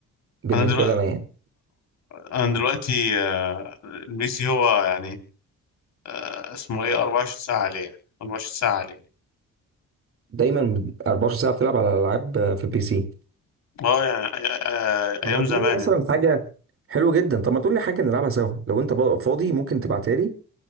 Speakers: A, on the right; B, on the left.
A: بالنسبه
B: انا دلوقتي
A: لي انا يعني
B: انا دلوقتي آه، البي سي هو يعني آه، اسمه ايه 24 ساعة عليه 24 ساعة عليه
A: دايما 24 ساعه بتلعب على العاب في البي سي
B: اه يعني آه، آه، آه،
A: طب
B: ايام
A: ما تقول
B: زمان
A: لي مثلا
B: يعني
A: حاجه حلو جدا طب ما تقول لي حاجه نلعبها سوا لو انت بقى فاضي ممكن تبعتها لي